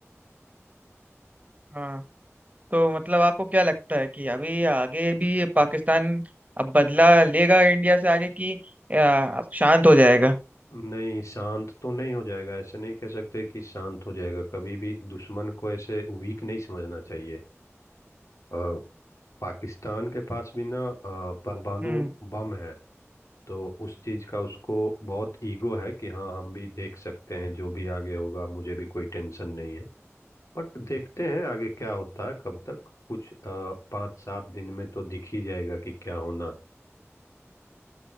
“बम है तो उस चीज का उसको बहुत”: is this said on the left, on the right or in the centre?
Left